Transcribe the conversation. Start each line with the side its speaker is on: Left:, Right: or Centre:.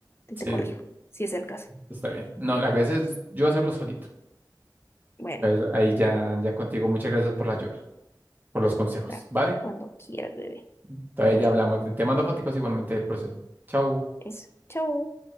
Left: te,
Right: Sí,
Left: te corrijo, si es el caso.
Right: está bien. No, la gracia es yo hacerlo solito.
Left: Bueno,
Right: Entonces, ahí ya, ya contigo, muchas gracias por la ayuda, por los consejos,
Left: claro,
Right: ¿vale?
Left: cuando quieras, bebé.
Right: Entonces
Left: Bueno,
Right: ya hablamos. Te te mando foticos igualmente del proceso. Chau.
Left: eso. Chau.